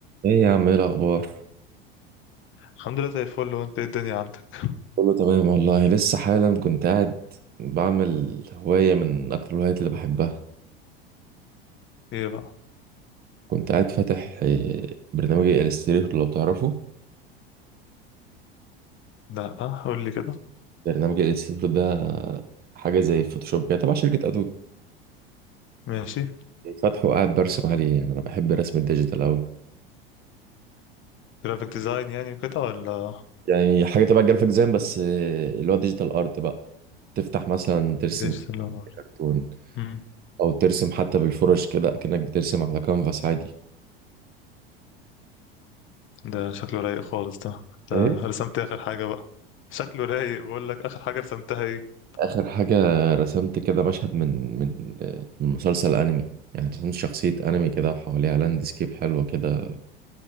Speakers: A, on the right (about 30°); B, on the left (about 40°).
A: ايه يا عم ايه الاخبار
B: الحمد لله زي الفل هو انت ايه الدنيا عندك
A: كله تمام والله لسه حالا كنت قاعد بعمل هواية من اكتر الهوايات اللي بحبها
B: ايه بقى
A: كنت قاعد فاتح إيه، برنامج الستريتور لو تعرفه
B: لا قول لي كده
A: برنامج الستريتور ده حاجة زي فوتوشوب كده تبع شركة ادوبي
B: ماشي
A: فاتحه وقاعد برسم عليه يعني انا بحب الرسم الديجيتال اوي
B: جرافيك ديزاين يعني وكده ولا
A: يعني حاجة تبع الجرافيك ديزاين بس إيه، اللي هو ديجيتال ارت بقى تفتح مثلا ترسم
B: ديجيتال ولا
A: كرتون
B: امم
A: او ترسم حتى بالفرش كده كأنك بترسم على كانفاس عادي
B: ده شكله رايق خالص ده ده
A: ايه
B: رسمت اخر حاجه بقى شكله رايق بقول لك اخر حاجه رسمتها ايه
A: آخر حاجة رسمت كده مشهد من من آه، من مسلسل أنمي يعني رسمت شخصية أنمي كده وحواليها لاندسكيب حلوة كده